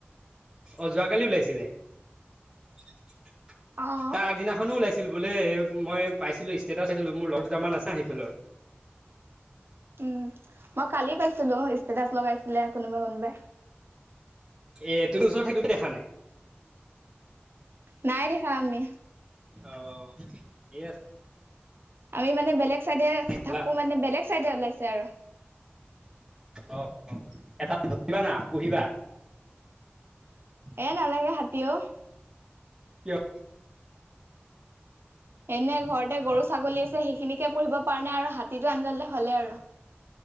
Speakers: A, on the right (about 15°); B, on the right (about 60°).
A: অ যোৱাকালি ওলাইছিলে তাৰ
B: অ'।
A: আগদিনাখনো ওলাইছ। ছিল বোলে মই পাইছিলো ষ্টেটাছ আছিলো মোৰ ৰদ দুটাৰামান আছা সেইফালৰ।
B: উম মই কালি পাইছিলো ইষ্টেটাছ লগাইছিলে কোনোবাই কোনোবাই।
A: এ তুমি ওচৰতে থাকিও দেখা নাই।
B: নাই দেখ আমি।
A: অ কি আ।
B: আমি মানে বেলেগ চাইডে
A: চাবা
B: থাকো মানে বেলেগ চাইডে ওলাইছে আৰু।
A: অ অ এটাল ধৰিবা না পুহিবা।
B: এ নালাগে হাতী অ।
A: কিয়।
B: এনে ঘৰতে গৰু ছাগলী আছে সেইখিনিকে পুঢ়িব পৰা নাই আৰু হাতীটো আনি ললে। হ'লে আৰু।